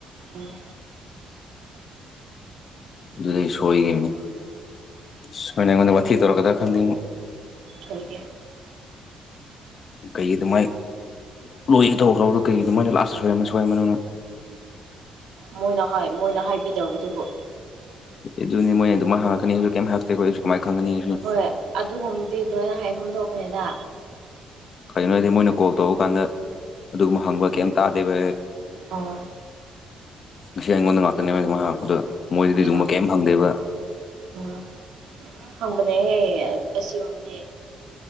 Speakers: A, on the right; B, on the left.
A: ꯎꯝ
B: ꯑꯗꯨꯗꯩ ꯁꯣꯏꯈꯤꯕꯅꯤ ꯁꯣꯏꯅ ꯑꯩꯉꯣꯟꯗ ꯋꯥꯊꯤ ꯇꯧꯔꯛꯀꯗ꯭ꯔꯥ ꯈꯪꯗꯦ
A: ꯀꯩꯒꯤ
B: ꯀꯩꯒꯤ ꯑꯗꯨꯃꯥꯏꯅ ꯂꯣꯏꯒꯦ ꯇꯧꯔ ꯈꯥꯎꯕꯗ ꯀꯩꯒꯤ ꯑꯗꯨꯃꯥꯏꯅ ꯂꯥꯁꯑꯇ ꯁꯣꯏꯔꯝꯅ ꯁꯣꯏꯅ
A: ꯃꯣꯏꯅ ꯃꯣꯏꯅ ꯍꯥꯏꯕꯤꯗꯕꯗꯨꯕꯨ
B: ꯑꯗꯨꯅꯤ ꯃꯣꯏꯅ ꯑꯗꯨꯝ ꯍꯉꯛꯅꯤꯁꯨ ꯀꯩꯝ ꯍꯇꯦꯈꯣ ꯑꯩꯁꯨ ꯀꯃꯥꯏ ꯈꯪꯒꯅꯤ ꯑꯩꯁꯨ
A: ꯍꯣꯏ ꯑꯗꯨꯒꯨꯝꯕꯗꯤ ꯂꯣꯏꯅ ꯍꯥꯏꯐꯝ ꯊꯣꯛꯄꯅꯤꯗ
B: ꯀꯔꯤꯒꯤꯅꯣ ꯍꯥꯏꯔꯗꯤ ꯃꯣꯏꯅ ꯀꯣꯜ ꯇꯧꯔ ꯀꯥꯟꯗ ꯑꯗꯨꯒꯨꯝꯕ ꯍꯪꯕ ꯀꯩꯝ ꯇꯥꯗꯦꯕ
A: ꯑꯥ
B: ꯉ ꯑꯩꯉꯣꯟꯗ ꯉꯥꯛꯇꯅꯦ ꯃꯄꯗꯣ ꯃꯣꯏꯗꯗꯤ
A: ꯑꯠꯆꯥ
B: ꯑꯗꯨꯨꯝꯕ ꯀꯩꯝ ꯐꯪꯗꯦꯕ
A: ꯎꯝ ꯎꯝ ꯍꯪꯕꯅꯦꯍꯦ ꯑꯁꯤꯒꯨꯝꯕꯗꯤ